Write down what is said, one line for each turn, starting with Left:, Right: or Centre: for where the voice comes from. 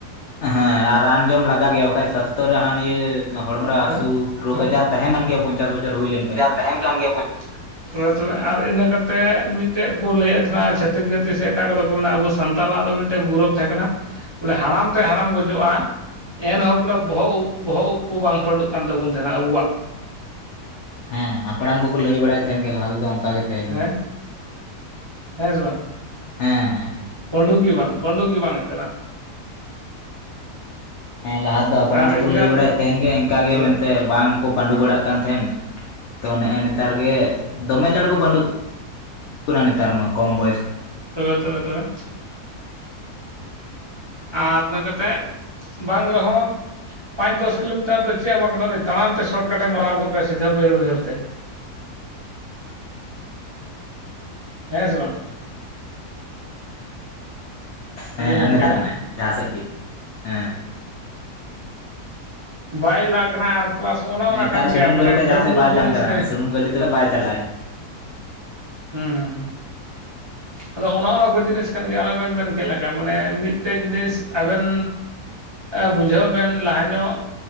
Left: ᱦᱮᱸ ᱟᱨ ᱨᱟᱱ ᱡᱚᱢ ᱞᱟᱜᱟᱜ ᱜᱮᱭᱟ ᱟᱨ ᱵᱟᱠᱷᱟᱡ ᱥᱟᱥᱛᱷᱚ ᱨᱮ ᱦᱟᱱᱟ ᱱᱤᱭᱟᱹ ᱦᱚᱲᱢᱚ ᱨᱮ ᱦᱟᱹᱥᱩ
Right: ᱛᱚ
Left: ᱨᱳᱜᱽ
Right: ᱛᱚ
Left: ᱟᱡᱟᱨ ᱛᱟᱦᱮᱸᱱ ᱠᱟᱱ ᱜᱮᱭᱟ ᱯᱚᱧᱪᱟᱥ ᱵᱚᱪᱷᱚᱨ ᱦᱩᱭ ᱞᱮᱱᱠᱷᱟᱡ᱾
Right: ᱛᱟᱦᱮᱱ ᱠᱟᱱ ᱜᱮᱭᱟ <unintelligible> ᱛᱟᱦᱚᱞᱮ ᱛᱚᱵᱮ ᱟᱨ ᱤᱱᱟᱹ ᱠᱟᱛᱮ ᱢᱤᱫᱴᱮᱡ ᱠᱚ ᱞᱟᱹᱭᱮᱫ ᱛᱟᱦᱮᱱᱟ ᱪᱷᱟᱹᱛᱤᱠ ᱡᱟᱹᱛᱤ ᱥᱮ ᱮᱴᱟᱜ ᱠᱚᱫᱚ ᱠᱚ ᱢᱮᱱᱟ ᱟᱵᱚ ᱥᱮ ᱥᱟᱱᱛᱟᱞ ᱟᱜ ᱫᱚ ᱢᱤᱫᱴᱮᱡ ᱜᱚᱨᱚᱵᱽ ᱛᱟᱦᱮᱸ ᱠᱟᱱᱟ ᱵᱚᱞᱮ ᱦᱟᱲᱟᱢ ᱛᱮ ᱦᱟᱲᱟᱢ ᱜᱚᱡᱚᱜᱼᱟ ᱮᱱᱦᱚᱸ ᱵᱚᱞᱮ ᱵᱚᱦᱚᱜ ᱩᱵ ᱵᱚᱦᱚᱜ ᱩᱵ ᱠᱚ ᱵᱟᱝ ᱯᱟᱹᱰᱩᱜ ᱠᱟᱱ ᱛᱟᱵᱚᱱ ᱛᱟᱦᱮᱱᱟ ᱟᱵᱚᱣᱟᱜ᱾
Left: ᱦᱮᱸ ᱦᱟᱯᱲᱟᱢ ᱠᱚᱠᱚ ᱞᱟᱹᱭ ᱵᱟᱲᱟᱭ ᱛᱟᱦᱮᱱ ᱜᱮ ᱞᱟᱦᱟ ᱛᱮᱫᱚ ᱚᱱᱠᱟ ᱜᱮ ᱛᱟᱦᱮᱸ ᱠᱟᱱᱟ᱾
Right: ᱦᱮᱸ ᱦᱮᱸ ᱥᱮ ᱵᱟᱝ ᱾
Left: ᱦᱮᱸ ᱦᱮᱸ ᱾
Right: ᱯᱟᱹᱰᱩ ᱜᱮ ᱵᱟᱝ ᱯᱟᱹᱰᱩ ᱜᱮ ᱵᱟᱝ <inaudible>
Left: ᱦᱮᱸ ᱞᱟᱦᱟ ᱫᱚ ᱦᱟᱯᱲᱟᱢ
Right: ᱟᱨ
Left: ᱠᱚᱠᱚ
Right: ᱤᱱᱠᱟᱱ
Left: ᱞᱟᱹᱭ ᱵᱟᱲᱟᱭᱮᱫ ᱛᱟᱦᱮᱱ ᱜᱮ ᱮᱱᱠᱟ ᱜᱮ
Right: ᱛᱚᱵᱮ
Left: ᱢᱮᱱᱛᱮ ᱵᱟᱝ ᱠᱚ ᱯᱟᱹᱰᱩ ᱵᱟᱲᱟᱜ ᱠᱟᱱ ᱛᱟᱦᱮᱸᱱ ᱛᱚ ᱱᱮᱜᱼᱮ ᱱᱮᱛᱟᱨ ᱜᱮ ᱫᱚᱢᱮ ᱪᱟᱬ ᱠᱚ ᱯᱟᱹᱰᱩᱜ ᱱᱮᱛᱟᱨ ᱢᱟ ᱠᱚᱢ ᱵᱚᱭᱚᱥ
Right: ᱛᱚᱵᱮ ᱛᱚᱵᱮ ᱛᱚᱵᱮ ᱟᱨ ᱤᱱᱟᱹ ᱠᱟᱛᱮᱜ ᱵᱟᱝ ᱨᱮᱦᱚᱸ ᱯᱟᱸᱪ ᱫᱚᱥ ᱠᱤᱞᱳᱢᱤᱴᱟᱨ ᱫᱚ ᱪᱮᱫ ᱦᱚᱸ ᱵᱟᱝ ᱠᱟᱱᱟ ᱮᱱᱮ ᱛᱟᱲᱟᱢ ᱛᱮ ᱥᱚᱴᱠᱟᱴᱮ ᱢᱟᱨᱟᱣ ᱜᱚᱫ ᱠᱟᱜᱼᱟ ᱥᱤᱫᱷᱟᱹ ᱵᱟᱹᱭᱦᱟᱹᱲ ᱵᱟᱹᱭᱦᱟᱹᱲ ᱛᱮ᱾ ᱦᱮᱸ ᱥᱮ ᱵᱟᱝ?
Left: ᱦᱮᱸ
Right: ᱟᱸᱡᱚᱢ ᱜᱚᱝᱠᱮ
Left: ᱱᱮᱛᱟᱨ ᱠᱟᱱᱟᱭ ᱡᱟᱦᱟᱸ ᱥᱮᱫ ᱜᱮ ᱦᱮᱸ
Right: ᱵᱟᱭ ᱮᱞᱟᱜ ᱠᱟᱱᱟ ᱟᱨ ᱯᱞᱟᱥ ᱚᱱᱟ ᱚᱱᱟ
Left: ᱱᱮᱛᱟᱨ
Right: ᱠᱟᱱ ᱜᱮᱭᱟ
Left: ᱥᱩᱱᱩᱢ
Right: ᱢᱟᱱᱮ
Left: ᱜᱟᱹᱰᱤ ᱵᱟᱠᱷᱟᱡ
Right: ᱡᱚᱢ
Left: ᱡᱟᱦᱟᱸ ᱥᱮᱫ
Right: ᱧᱩ
Left: ᱵᱟᱭ
Right: ᱡᱤᱱᱤᱥ
Left: ᱫᱟᱢ ᱠᱟᱱᱟ
Right: ᱦᱮᱸ
Left: ᱥᱩᱱᱩᱢ ᱜᱟᱹᱰᱤ ᱛᱮᱫᱚ ᱵᱟᱭ ᱪᱟᱞᱟᱜᱼᱟᱭ᱾ <unintelligible>
Right: ᱦᱩᱸ ᱟᱫᱚ ᱚᱱᱟ ᱚᱱᱟ ᱠᱚ ᱡᱤᱱᱤᱥ ᱠᱟᱱᱜᱮ ᱚᱱᱮ ᱵᱮᱱ ᱢᱮᱱ ᱠᱮᱫ ᱞᱮᱠᱟ ᱢᱟᱱᱮ ᱢᱤᱫᱴᱮᱡ ᱡᱤᱱᱤᱥ ᱟᱵᱮᱱ ᱵᱩᱡᱷᱟᱹᱣ ᱵᱮᱱ ᱞᱟᱦᱟ ᱧᱚᱜ